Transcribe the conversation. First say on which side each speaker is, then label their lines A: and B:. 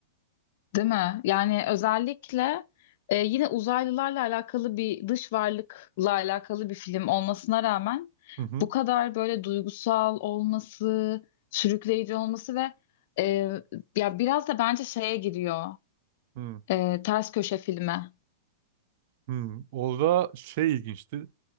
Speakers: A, on the left; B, on the right.
A: Değil mi? Yani özellikle e, yine uzaylılarla alakalı bir dış varlıkla alakalı bir film olmasına rağmen
B: Hı hı.
A: bu kadar böyle duygusal olması, sürükleyici olması ve e, ya biraz da bence şeye giriyor
B: Hı
A: e, ters köşe filme,
B: hı. Orada şey ilginçti.